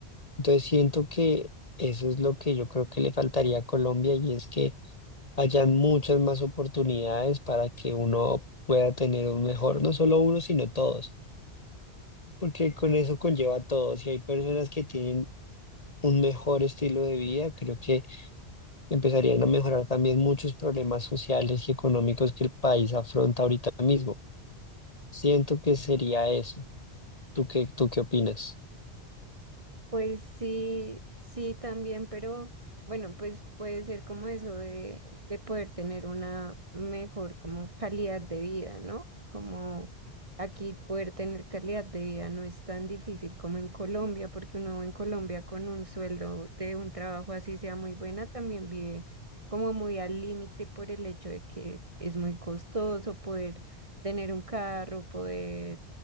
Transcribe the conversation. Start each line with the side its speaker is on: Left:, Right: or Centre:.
Left: Entonces siento que eso es lo que yo creo que le faltaría a Colombia y es que hayan muchas más oportunidades para que uno pueda tener un mejor, no solo uno, sino todos, porque con eso conlleva a todos. Si hay personas que tienen un mejor estilo de vida, creo que empezarían a mejorar también muchos problemas sociales y económicos que el país afronta ahorita mismo. Siento que sería eso. ¿Tú qué, tú qué opinas?
Right: Pues sí, sí también, pero bueno, pues puede ser como eso de, de poder tener una mejor como calidad de vida, ¿no? Como aquí poder tener calidad de vida no es tan difícil como en Colombia, porque uno en Colombia con un sueldo de un trabajo así sea muy buena, también vive como muy al límite por el hecho de que es muy costoso poder tener un carro, poder...